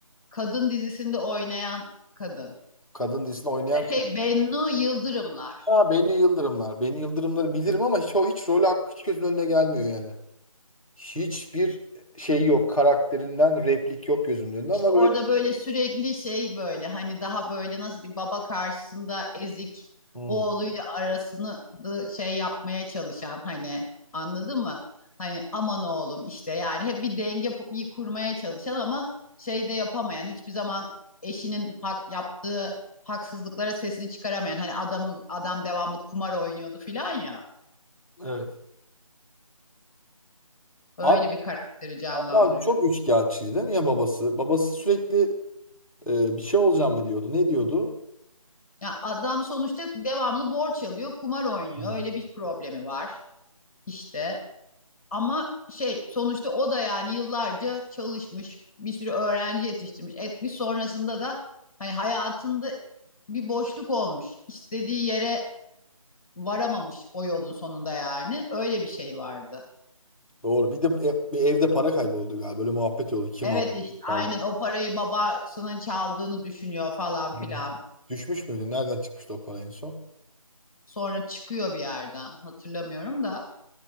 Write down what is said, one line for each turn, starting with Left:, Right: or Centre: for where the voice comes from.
Left: kadın dizisinde oynayan kadın.
Centre: kadın dizisinde oynayan
Left: Şey Bennu Yıldırımlar.
Centre: Ha Beni Yıldırımlar. Beni Yıldırımları bilirim ama hiç o hiç rolü hakkı hiç gözümün önüne gelmiyor yani. Hiçbir şey yok. Karakterinden replik yok gözümün önünde ama
Left: Orada
Centre: böyle
Left: böyle sürekli şey böyle hani daha böyle nasıl diyeyim baba karşısında ezik
Centre: Hmm.
Left: oğluyla arasını da şey yapmaya çalışan hani anladın mı? Hani aman oğlum işte yani hep bir denge pu- kurmaya çalışan ama şey de yapamayan hiçbir zaman eşinin hak yaptığı haksızlıklara sesini çıkaramayan hani adamı adam devamlı kumar oynuyordu filan ya
Centre: Evet.
Left: öyle
Centre: Abi,
Left: bir karakteri canlandırıyordu.
Centre: abi çok üçkağıtçıydı değil mi ya babası? Babası sürekli e, bir şey olacağım mı diyordu. Ne diyordu?
Left: Ya adam sonuçta devamlı borç alıyor, kumar oynuyor.
Centre: Hmm.
Left: Öyle bir problemi var. İşte ama şey sonuçta o da yani yıllarca çalışmış, bir sürü öğrenci yetiştirmiş. Etmiş sonrasında da hani hayatında bir boşluk olmuş. İstediği yere varamamış o yolun sonunda yani. Öyle bir şey vardı.
Centre: Doğru. Bir de e- bir evde para kayboldu galiba. Böyle muhabbet oldu. Kim
Left: Evet
Centre: aldı?
Left: işte
Centre: kim
Left: aynen
Centre: aldı?
Left: o parayı babasının çaldığını düşünüyor falan filan.
Centre: Evet. Düşmüş müydü? Nereden çıkmıştı o para en son?
Left: Sonra çıkıyor bir yerden. Hatırlamıyorum da.